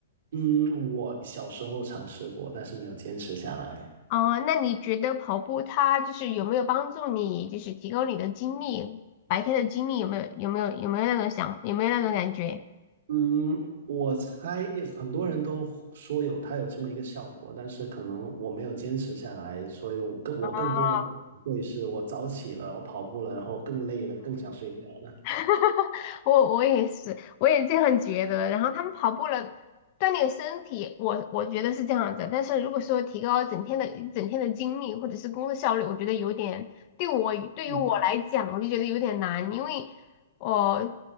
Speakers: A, on the right (about 65°); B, on the left (about 40°).
A: 嗯，我小时候尝试过，但是没有坚持下来。
B: 哦，那你觉得跑步它就是有没有帮助你，就是提高你的精力，白天的精力有没有有没有有没有那种想有没有那种感觉？
A: 嗯，我猜有很多人都说有它有这么一个效果，但是可能我没有坚持下来，所以我更我更多的会是我早起了，
B: 哦，
A: 然后跑步了，然后更累了，更想睡觉了。
B: <laughs> 我我也是，我也这样觉得。然后他们跑步了，锻炼身体，我我觉得是这样子。但是如果说提高整天的一整天的精力或者是工作效率，我觉得有点对我对于我来讲，
A: 嗯，
B: 我就觉得有点难，因为我